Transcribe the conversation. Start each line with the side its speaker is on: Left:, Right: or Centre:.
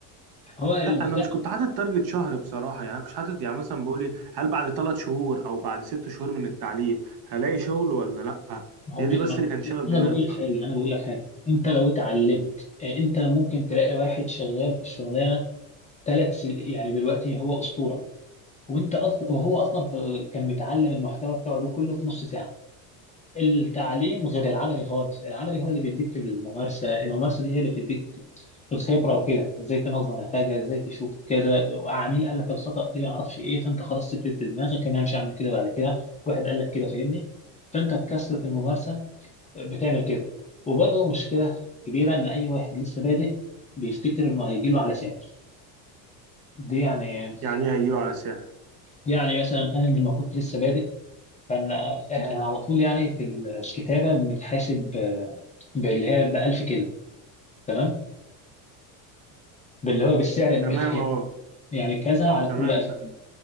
Left: هو البتاع
Right: لا انا مش كنت حاطط تارجت شهر بصراحه يعني انا كنت حاطط يعني مثلا بقول إيه، هل بعد ثلاث شهور او بعد ست شهور من التعليم هلاقي شغل ولا لا
Left: ما هو
Right: هي
Left: ما
Right: دي بس
Left: أنا
Right: اللي
Left: بقول
Right: كان شاغل
Left: أنا
Right: دماغي
Left: بقول
Right: بصراحه
Left: لك حاجة أنا بقول لك حاجة أنت لو اتعلمت آه، أنت ممكن تلاقي واحد شغال في الشغلانة ثلاث سنين يعني دلوقتي هو أسطورة وأنت أصلا وهو أصلا في ال- كان متعلم المحتوى بتاعه ده كله في نص ساعة التعليم غير العملي خالص العملي هو اللي بيديك الممارسة الممارسة دي هي اللي بتديك الخبرة وكده ازاي تنظم الحاجة ازاي تشوف كذا وعميل قال لك الخطأ دي ما اعرفش ايه فانت خلاص سبت في دماغك ان انا مش هعمل كده بعد كده واحد قال لك كده فاهمني فانت بكثرة الممارسة بتعمل كده وبرضه مشكلة كبيرة ان اي واحد لسه بادئ بيفتكر انه هيجي له على سعر دي يعني
Right: يعني ايه هيجيله على سعر
Left: يعني مثلا انا لما كنت لسه بادئ كان آه، على طول يعني في الكتابة بنتحاسب ب- باللي هي ب 1000 كلمة تمام باللي هو بالسعر <laughs> ب-
Right: تمام
Left: يعني
Right: اه
Left: يعني كذا على
Right: تمام
Left: كل 1000
Right: بقى
Left: كلمة